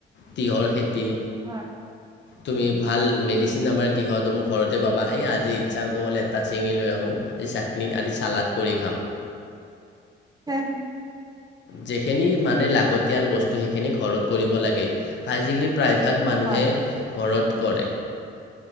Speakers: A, on the left; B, on the right.
A: তিঁহৰ খেতি
B: অ
A: তুমি ভাল মেডিচিন নাম্বাৰ কিহত মোক ঘৰতে পাবা এই আজি ইচ্ছা গ'ল এটা চিঙি লৈ আহোঁ। আদি চাটনি আদি চালাড কৰি খাম।
B: হম হু
A: যিখিনি মানে লাগতিয়াল বস্তু সেইখিনি ঘৰত কৰিব লাগে আজিকালি প্ৰায়ভাগ মানুহে
B: হয়
A: ঘৰত কৰে।